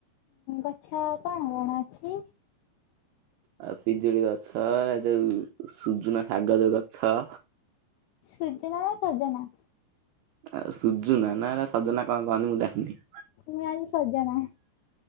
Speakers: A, on the left; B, on the right.
A: ଗଛ କଣ କଣ ଅଛି??
B: ଆଉ ପିଜୁଳି ଗଛ ଏ ଯୋଉ ସୁଜୁନା ଶାଗ ଯୋଉ ଗଛ।
A: ସୁଜୁନା ନା ସଜନା?
B: ଆଉ ସୁଜୁନା ନାରେ ସଜନା କଣ କହନ୍ତି ମୁଁ ଯାଣି ନି।
A: ଇୟାଡେ ସଜନା।